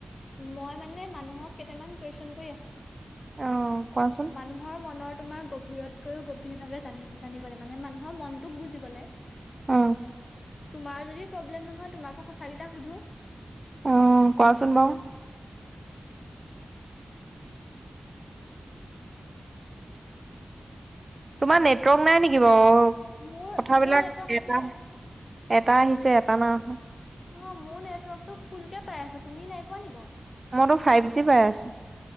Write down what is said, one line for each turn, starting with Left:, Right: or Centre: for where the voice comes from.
Left: মই মানে মানুহক কেইটামান কুৱেশ্যন ক, আছো।
Right: অ কোৱাচোন
Left: মানুহৰ মনৰ তোমাৰ গভীৰতকৈও গভীৰভাৱে জানি জানিবলৈ মানে, মানুহৰ মনটোক বুজিবলৈ তোমাৰ
Right: অ
Left: যদি প্ৰব্লেম নহয়, তোমাকো কথ, কেইটা সুধো।
Right: অহ, কোৱাচোন বাৰু। তোমাৰ নেটৱৰ্ক নাই নেকি বাৰ
Left: মোৰ
Right: কথাবলাক
Left: মোৰ নেটৱৰ্ক আছে
Right: এটা, এটা, আহিছে এটা নয়
Left: নহয় মোৰ নেটৱৰ্ক টো ফুলকে পাই আছো তুমি নাই পোৱা নি ব
Right: ম, তো ফাইভ জি পাই আছো।